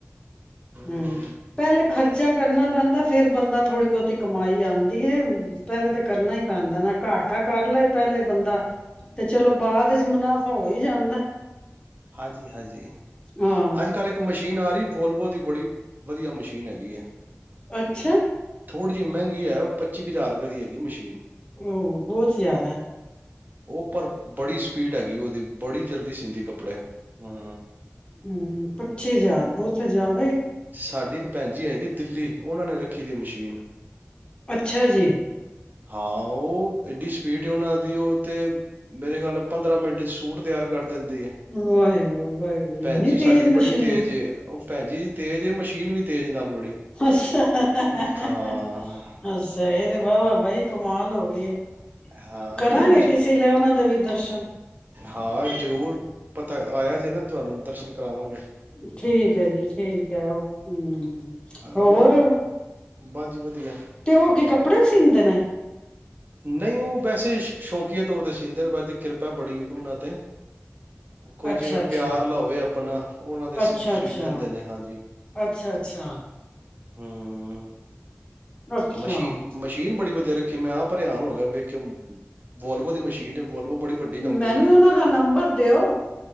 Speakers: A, on the right; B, on the left.
A: ਹੂੰ
B: ਹੂ ਪਹਿਲੇ ਖਰਚਾ ਕਰਨਾ ਪੈਂਦਾ ਫੇਰ ਬੰਦਾ ਥੋੜੀ ਬਹੁਤੀ ਕਮਾਈ ਆਉਂਦੀ ਹੈ ਪਹਿਲੇ ਤਾਂ ਕਰਨਾ ਹੀ ਪੈਂਦਾ ਨਾ ਘਾਟਾ ਕਰ ਲਏ ਪਹਿਲੇ ਬੰਦਾ ਤੇ ਚਲੋ ਬਾਅਦ ਵਿੱਚ ਮੁਨਾਫ਼ਾ ਹੋ ਹੀ ਜਾਂਦਾ
A: ਹਾਂਜੀ ਹਾਂਜੀ
B: ਹਾਂ
A: ਅੱਜ ਕੱਲ੍ਹ ਇੱਕ ਮਸ਼ੀਨ ਆ ਰਹੀ ਵੋਲਵੋ ਦੀ ਬੜੀ ਵਧੀਆ ਮਸ਼ੀਨ ਹੈਗੀ ਹੈ
B: ਅੱਛਾ
A: ਥੋੜੀ ਮਹਿੰਗੀ ਹੈ ਉਹ ਪੱਚੀ ਕੁ ਹਜ਼ਾਰ ਰੁਪਏ ਦੀ ਹੈਗੀ ਮਸ਼ੀਨ
B: ਹੋ ਬਹੁਤ ਜ਼ਿਆਦਾ
A: ਉਹ ਪਰ ਬੜੀ ਸਪੀਡ ਹੈਗੀ ਉਹਦੀ ਬੜੀ ਜਲਦੀ ਸੀਂਦੀ ਕਪ ਹਾਂ
B: ਹੂੰ ਪੱਚੀ ਹਜ਼ਾਰ ਬਹੁਤ ਜਿਅ
A: ਸਾਡੇ ਇੱਕ ਭੈਣ ਜੀ ਹੈਏਗੀ ਦਿੱਲੀ ਉਹਨਾਂ ਨੇ ਰੱਖੀ ਦੀ ਮਸ਼ੀਨ,
B: ਅੱਛਾ ਜੀ
A: ਹਾਂ ਉਹ ਏਡੀ ਸਪੀਡ ਉਹਨਾਂ ਦੀ ਉਹ ਤੇ ਮੇਰੇ ਖਿਆਲ ਨਾਲ ਪੰਦਰਾਂ ਮਿੰਟ 'ਚ ਸੂਟ ਤਿਆਰ ਕਰ ਦਿੰਦੀ ਹੈ
B: ਵਾਹਿਗੁਰੂ- ਵਾਹਿਗੁਰੂ
A: ਭੈਣ
B: ਇੰਨੀ
A: ਜੀ ਸਾਡੀ
B: ਤੇਜ਼ ਮਸ਼ੀਨ
A: ਬੜੀ ਤੇਜ਼
B: ਏ।
A: ਉਹ ਭੈਣ ਜੀ। ਤੇ ਜੇ ਮਸ਼ੀਨ ਵੀ ਤੇਜ਼ ਨਾਲ ਬੜੀ
B: ਅੱਛਾ
A: ਹਾਂ
B: <inaudible> ਇਹ ਤੇ ਵਾਹਵਾ ਬਈ ਮਾਲ ਹੋ ਗਈ।
A: ਹਾਂ
B: ਕਰਾਂਗੇ
A: ਨਹੀਂ ਮਸ਼
B: ਕਿਸੇ ਲਈ ਉਹਨਾਂ ਦੇ ਵੀ ਦਰਸ਼ਨ
A: ਹਾਂ ਜ਼ਰੂਰ ਪਤਾ ਆਇਆ ਜੇ ਨਾ ਤੁਹਾਨੂੰ ਦਰ ਕਰਾਵਾਂਗੇ।
B: ਠੀਕ ਹੈ ਜੀ ਠੀਕ ਕਿਆ ਉਹ ਹੂੰ ਹੋਰ
A: ਉਹ ਬਸ ਜੀ ਵਧੀਆ।
B: ਤੇ ਹੋ ਕੇ ਕੱਪੜੇ ਸੀਂਦੇ ਨੇ।
A: ਨਹੀਂ ਉਹ ਵੈਸੇ ਸ਼ੌਕੀਆਂ ਤੌਰ ਤੇ ਸੀਂਦੇ ਨੇ ਵੈਸੇ ਕਿਰਪਾ ਬੜੀ ਉਹਨਾਂ ਤੇ ਕੋਈ
B: ਅੱਛਾ,
A: ਜਿਵੇਂ
B: ਅੱਛਾ।
A: ਪਿਆਰ ਲਾਵੇ ਆਪਣਾ ਉਹ ਉਹਨਾਂ ਦੇ ਸਊਟ
B: ਅੱਛਾ,
A: ਸ਼ੀਟ
B: ਅੱਛਾ,
A: ਦਿੰਦੇ ਨੇ ਹਾਂਜੀ
B: ਅੱਛਾ, ਅੱਛਾ,
A: ਹਾਂ
B: ਅੱਛਾ।
A: ਮਸ਼ੀ ਮਸ਼ੀਨ ਬੜੀ ਵਧੀਆ ਰੱਖੀ। ਕਿ ਮੈਂ ਆਪ ਹੈਰਾਨ ਹੋ ਗਿਆ ਵੇਖ ਵੋਲਵੋ ਦੀ ਮਸ਼ੀਨ ਵੋਲਵੋ ਬੜੀ ਵੱਡੀ ਕੰਪਨੀ
B: ਮੈਨੂੰ
A: ਹੈ
B: ਵੀ ਉਹਨਾਂ ਦਾ ਨੰਬਰ ਦਿਓ